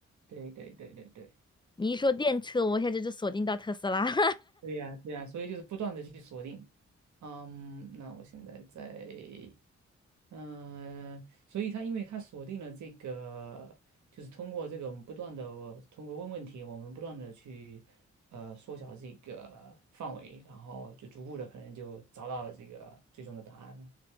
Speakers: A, on the right (about 80°); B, on the left (about 15°).
A: 对对对对对
B: 你一说电车，我一下就就锁定到特斯拉。<laughs>
A: 对呀，对呀，所以就是不断的去锁定，嗯，那我现在在嗯，所以他因为他锁定了这个，就是通过这个我们不断的通过问问题，我们不断的去呃缩小这个范围，然后就逐步的可能就找到了这个最终的答案了。